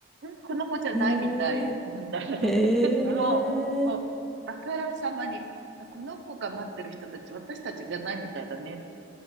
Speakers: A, on the right (about 60°); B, in the centre.
A: この子じゃないみたい、
B: うん。
A: みたいなね。
B: へえ、へえ。
A: <laughs> もう、もう、あからさまに、あこの子が待ってる人たち、私たちじゃないみたいだね。